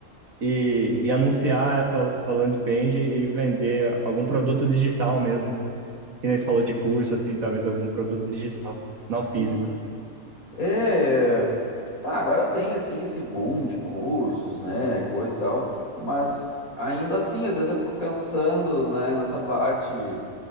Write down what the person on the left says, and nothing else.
Sim.
É, é. Tá, agora tem assim esse boom de cursos, né, coisa e tal, mas ainda assim, às vezes eu fico pensando, né, nessa parte